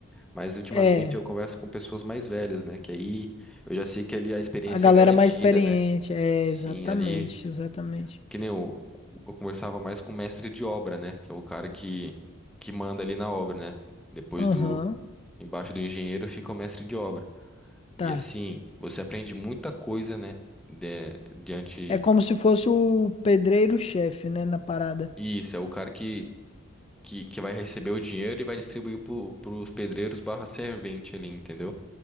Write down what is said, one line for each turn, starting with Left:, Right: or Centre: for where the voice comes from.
Centre: Mas ultimamente
Left: É,
Centre: eu converso com pessoas mais velhas, né? Que aí eu já sei que ali a experiência
Left: a galera
Centre: é garantida,
Left: mais experiente.
Centre: né?
Left: É,
Centre: Sim,
Left: exatamente,
Centre: ali
Left: exatamente.
Centre: que nem eu, eu conversava mais com o mestre de obra, né? Que é o cara que, que manda ali na obra, né? Depois
Left: Aham,
Centre: do, embaixo do engenheiro fica o mestre de obra.
Left: tá.
Centre: E assim, você aprende muita coisa, né? De, diante.
Left: É como se fosse o pedreiro-chefe, né, na parada.
Centre: Isso, é o cara que, que, que vai receber o dinheiro e vai distribuir pro, pros pedreiros barra servente ali, entendeu?